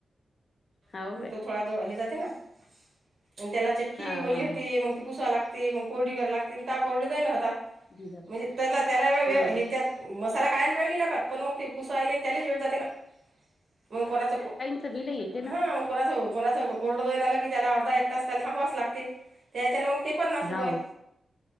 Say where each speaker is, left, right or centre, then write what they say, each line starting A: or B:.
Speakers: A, on the left; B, on the right.
A: हाव
B: <unintelligible>
A: काय हा हा हा
B: <unintelligible>
A: जिरा हम्म
B: <unintelligible>
A: <unintelligible>
B: हा कोणाचं कोणाच कोरड धुवाय लागल की त्याला अर्धा एक तास त्याला थांबावाच लागते. त्याच्यान मग ते पन्नास रुपय.
A: हाव